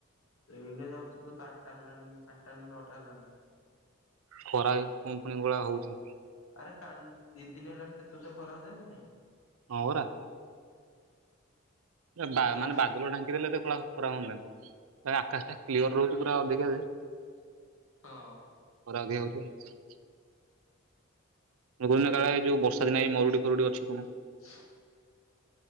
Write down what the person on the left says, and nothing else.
ଏଇନେ ଯାଉଛିୁ ତ ଆଠଟା ହେଲାନି। ଆଠଟା ନଅଟା ହେଲାଣିି।
ଆରେ କାଲ ଦି ଦିନ ହେଲାଣି କେତେ ଜୋର ଖରା ହଉଛି ଯାଣିଛୁ ନା ନାଇଁ?
ପୁରା
ହଁ।
ହ। <inaudible>